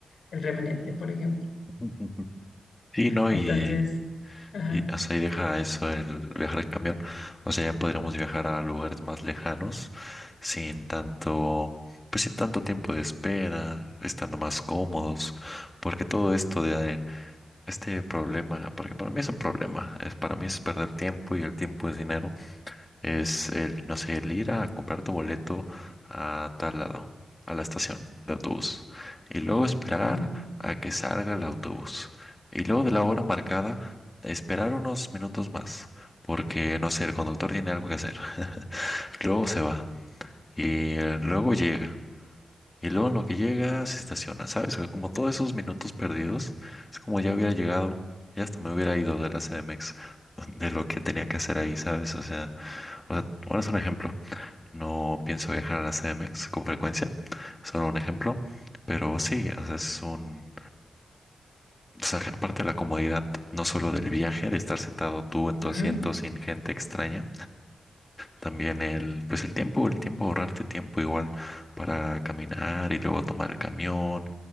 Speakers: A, on the left; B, on the left.
A: el remanente, por ejemplo.
B: <laughs> Sí, ¿no?
A: Entonces,
B: Y
A: ajá,
B: Y hasta ahí deja eso el viajar en camión. O sea, ya podríamos viajar a lugares más lejanos sin tanto, pues sin tanto tiempo de espera, estando más cómodos, porque todo esto de eh, este problema, porque para mí es un problema, es para mí es perder tiempo y el tiempo es dinero es el, no sé, el ir a comprar tu boleto a tal lado, a la estación de autobús, y luego esperar
A: ajá,
B: a que salga el autobús, y luego de la hora marcada, esperar unos minutos más, porque, no sé, el conductor tiene algo que hacer, <laughs> luego se va, y eh, luego llega. Y luego en lo que llega se estaciona, ¿sabes? Como todos esos minutos perdidos, es como ya hubiera llegado, ya hasta me hubiera ido de la CDMX, <laughs> de lo que tenía que hacer ahí, ¿sabes? O sea, o sea, bueno, es un ejemplo. No pienso viajar a la CDMX con frecuencia, solo un ejemplo, pero sí, o sea, es un, o sea, aparte de la comodidad, no solo del viaje, de estar sentado tú en tu
A: ajá.
B: asiento sin gente extraña, también el, pues el tiempo, el tiempo, ahorrarte tiempo igual para caminar y luego tomar el camión